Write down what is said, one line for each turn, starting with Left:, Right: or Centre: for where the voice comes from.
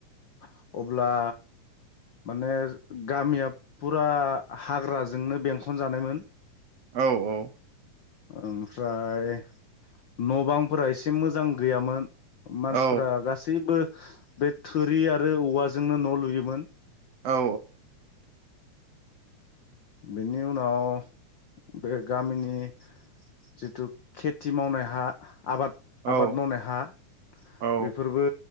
Left: अ अब्ला माने गामिया फुरा हाग्राजोंनो बेंखन जानायमोन।
Right: औ औ
Left: ओमफ्राय न' बांफोरा एसे मोजां गैयामोन। मानसिफ्रा
Right: औ
Left: गासैबो बे थुरि आरो औवाजोंनो न' लुयोमोन।
Right: औ
Left: बेनि उनाव बे गामिनि जिथु खेथि मावनाय हा आबाद
Right: औ
Left: आबाद मावनाय हा
Right: औ
Left: बेफोरबो